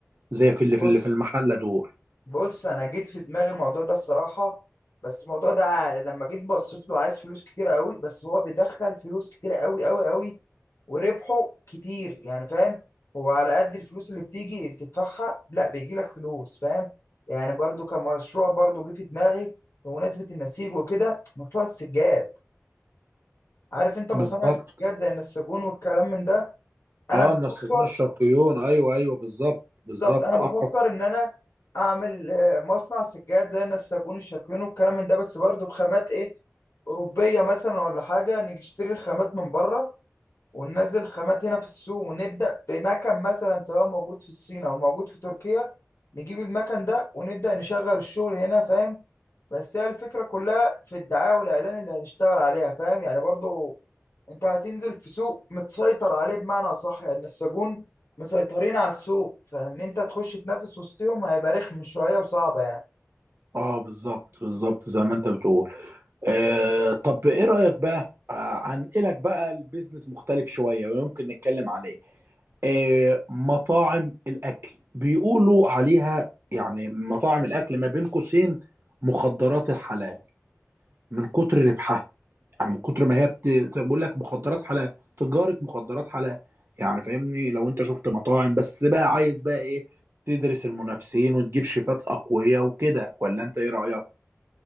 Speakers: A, on the right (about 50°); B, on the left (about 60°).
A: زي في اللي في
B: بص
A: اللي في المحلة دول
B: بص انا جيت في دماغي الموضوع ده الصراحه بس الموضوع ده ع- لما جيت بصيت له عايز فلوس كتير قوي بس هو بيدخل فلوس كتير قوي قوي قوي وربحه كتير يعني فاهم هو على قد الفلوس اللي بتيجي بتدفعها لا بيجي لك فلوس فاهم يعني برضو كمشروع برضو جه في دماغي بمناسبة النسيج وكده مشروع السجاد عارف انت
A: بالظبط
B: مصانع السجاد زي النساجون والكلام من ده انا
A: اه
B: بفكر
A: النسيجون الشرقيون ايوه ايوه بالظبط بالظبط
B: بالظبط انا
A: اعرف
B: بفكر ان انا اعمل آه، مصنع سجاد زي نساجون الشاكوين والكلام من ده بس برضه بخامات ايه اوروبيه مثلا ولا حاجه نشتري الخامات من بره وننزل الخامات هنا في السوق ونبدا بمكن مثلا سواء موجود في الصين او موجود في تركيا نجيب المكن ده ونبدا نشغل الشغل هنا فاهم بس هي الفكرة كلها في الدعاية والإعلان اللي هنشتغل عليها فاهم يعني برضو أنت هتنزل في سوق متسيطر عليه بمعنى صح يعني السجون مسيطرين على السوق فإن أنت تخش تنافس وسطهم هيبقى رخم شوية وصعبة يعني
A: اه بالظبط بالظبط زي ما انت بتقول آه طب ايه رأيك بقى آه، هنقلك بقى البيزنس مختلف شوية ويمكن نتكلم عليه آه، مطاعم الاكل بيقولوا عليها يعني مطاعم الاكل ما بين قوسين مخدرات الحلال من كتر ربحها يعني من كتر ما هي بت... بت- بقول لك مخدرات حلال تجارة مخدرات حلال يعني فاهمني لو انت شفت مطاعم بس بقى عايز بقى ايه تدرس المنافسين وتجيب شيفات اقوياء وكده ولا انت ايه رأيك